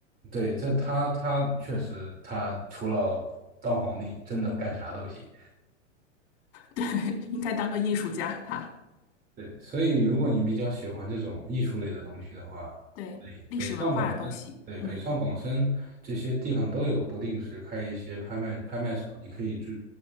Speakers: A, on the right (about 25°); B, on the left (about 50°).
A: 对，这他他确实，他除了当皇帝，真的干啥都行。
B: 对，<laughs> 应该当个艺术家哈。
A: 对，所以如果你比较喜欢这种艺术类的东西的话，
B: 对，历史文化的东西，
A: 北北上广深，对，
B: 嗯
A: 北上广深这些地方都有不定时开一些拍卖拍卖场，你可以去，